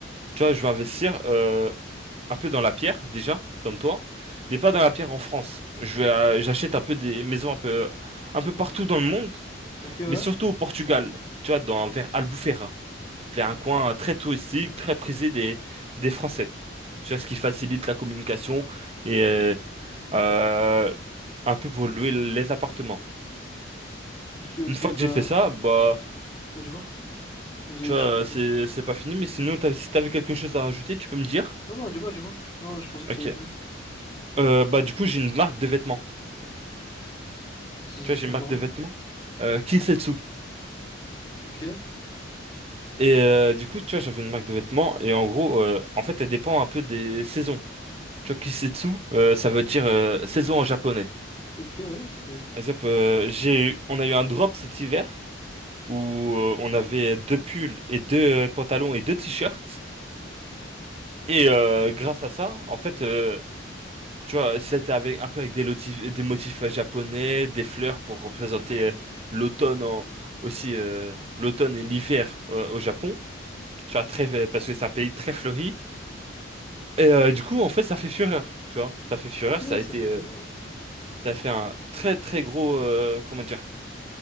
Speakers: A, on the right; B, on the left.
A: Tu vois, je vais investir euh, un peu dans la pierre, déjà, comme toi, mais pas dans la pierre en France. Je vais, euh, j'achète un peu des maisons un peu, un peu partout dans le monde,
B: Ok, ouais.
A: mais surtout au Portugal, tu vois, dans, vers Albufeira vers un coin très touristique, très prisé des, des Français. Tu vois, ce qui facilite la communication et euh, euh, un peu pour louer les appartements.
B: Ok,
A: Une
B: ok,
A: fois que
B: bah.
A: j'ai fait ça, bah,
B: Ouais, dis-moi. J'ai-
A: tu
B: je
A: vois,
B: suis-
A: c'est,
B: je-
A: c'est pas fini, mais sinon, t'as- si t'avais quelque chose à rajouter, tu peux me dire?
B: Non, non, dis-moi, dis-moi. Non, je pensais que
A: Ok.
B: t'avais fini.
A: Euh, bah, du coup, j'ai une marque de vêtements.
B: Ça ça
A: Tu
B: s'appelle
A: vois, j'ai une marque
B: comment?
A: de vêtements. Euh, Kinsetsu.
B: Ok,
A: Et euh, du coup, tu vois, j'avais une marque de vêtements, et en gros, euh, en fait, elle dépend un peu des saisons. Tu vois, Kisetsu, euh, ça veut dire euh, saison en japonais.
B: ok, ouais, c'est.
A: Et ça peut- j'ai, eu- on a eu un drop cet hiver où euh, on avait deux pulls et deux euh, pantalons et deux t-shirts. Et euh, grâce à ça, en fait, euh, tu vois, c'était avec un peu avec des motifs, des motifs euh, japonais, des fleurs pour représenter euh, l'automne en- aussi euh, l'automne et l'hiver euh, au Japon. Tu vois, très, euh, parce que c'est un pays très fleuri. Et euh, du coup, en fait, ça fait fureur. Tu vois, ça fait fureur.
B: Ok, ouais,
A: Ça a
B: ça
A: été,
B: fait
A: euh,
B: fureur. ouais.
A: ça a fait un très très gros, euh, comment dire.